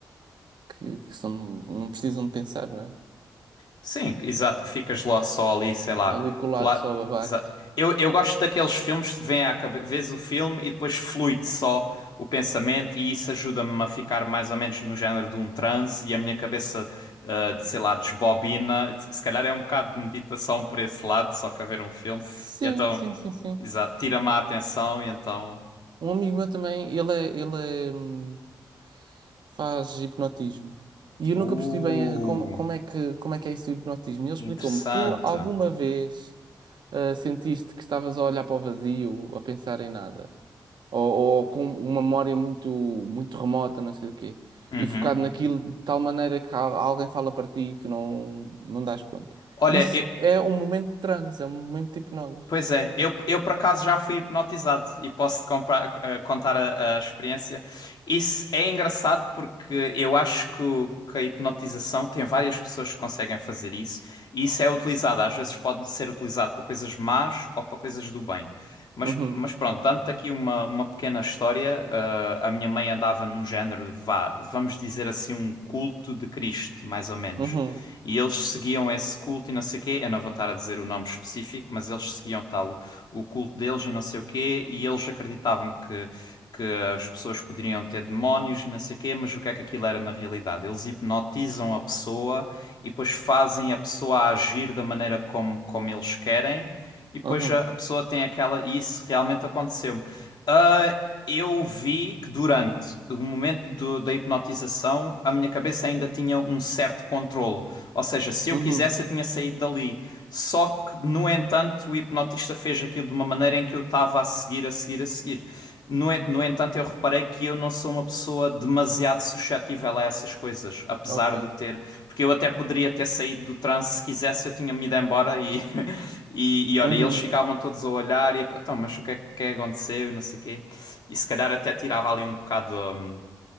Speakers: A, on the right (about 75°); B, on the left (about 65°).
A: que, que são, não precisam de pensar, não é?
B: Sim, exato, que ficas lá, só ali, sei lá,
A: ali colado
B: colar.
A: só a babar.
B: exa- Eu, eu gosto daqueles filmes que vem à cabeça, vês o filme e depois flui-te só o pensamento, e isso ajuda-me a ficar mais ou menos no género de um transe e a minha cabeça, ah, de, sei lá, desbobina. Se calhar é um bocado de meditação por esse lado, só que a ver um filme.
A: Sim,
B: E então,
A: sim, sim, sim.
B: exato, tira-me a atenção e então.
A: Um amigo meu também, ele é, ele é, hum, faz hipnotismo. E eu
B: Uh,
A: nunca percebi bem eh, como, como é que, como é que é isso do hipnotismo. E ele explicou-me:
B: interessante.
A: tu alguma vez eh, sentiste que estavas a olhar para o vazio, a pensar em nada? Ou, ou com uma memória muito, muito remota, não sei do quê?
B: Uhum.
A: E focado naquilo de tal maneira que al- alguém fala para ti e tu não, não dás conta.
B: Olha,
A: Isso
B: eu,
A: é um momento de transe, é um momento de hipnose.
B: Pois é, eu, eu por acaso já fui hipnotizado e posso-te compra- eh, contar a, a experiência. Isso é engraçado porque eu acho que, o- que a hipnotização tem várias pessoas que conseguem fazer isso e isso é utilizado, às vezes pode ser utilizado para coisas más ou para coisas do bem. Mas,
A: Uhum,
B: mas pronto, dando-te aqui uma, uma pequena história, eh, a minha mãe andava num género, de vá, vamos dizer assim, um culto de Cristo, mais ou menos.
A: uhum,
B: E eles seguiam esse culto e não sei o quê. Eu não vou estar a dizer o nome específico, mas eles seguiam tal o, o culto deles e não sei o quê. E eles acreditavam que, que as pessoas poderiam ter demónios e não sei o quê, mas o que é que aquilo era na realidade? Eles hipnotizam a pessoa e depois fazem a pessoa agir da maneira como, como eles querem. E depois
A: uhum,
B: a, a pessoa tem aquela. E isso realmente aconteceu-me. Ah, eu vi que durante o momento do- da hipnotização a minha cabeça ainda tinha um certo controlo. Ou seja, se
A: uhum,
B: eu quisesse, eu tinha saído dali. Só que, no entanto, o hipnotista fez aquilo de uma maneira em que eu estava a seguir, a seguir, a seguir. No, en- no entanto, eu reparei que eu não sou uma pessoa demasiado suscetível a essas coisas, apesar
A: ok,
B: de ter. Porque eu até poderia ter saído do transe se quisesse, eu tinha-me ido embora e, <laughs> e, e olha,
A: uhum,
B: eles ficavam todos a olhar e a- então, mas o que é que aconteceu e não sei o quê. E se calhar até tirava ali um bocado, hum,